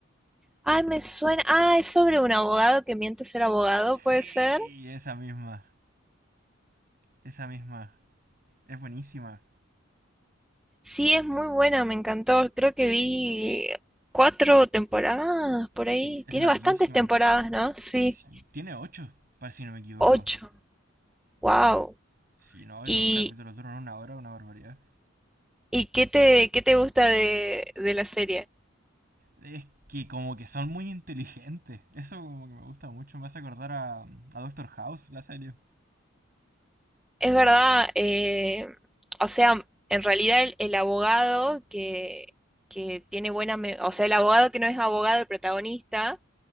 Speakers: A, in the centre; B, on the right.
A: Ay, me suena. Ah, es sobre un abogado que miente ser abogado, ¿puede
B: Sí,
A: ser?
B: esa misma. Esa misma. Es buenísima.
A: Sí, es muy buena, me encantó. Creo que vi cuatro temporadas por
B: Sí,
A: ahí.
B: es
A: Tiene
B: larguísima.
A: bastantes temporadas, ¿no? Sí,
B: Sí, tiene ocho, para si no me equivoco.
A: ocho. Wow.
B: Sí, no,
A: ¿Y,
B: y los capítulos duran una hora, una barbaridad.
A: y qué te, qué te gusta de, de la serie?
B: Es que como que son muy inteligentes. Eso como que me gusta mucho. Me hace acordar a, a Doctor House, la serie.
A: Es verdad, eh, o sea, en realidad el, el abogado que, que tiene buena, me- o sea, el abogado que no es abogado, el protagonista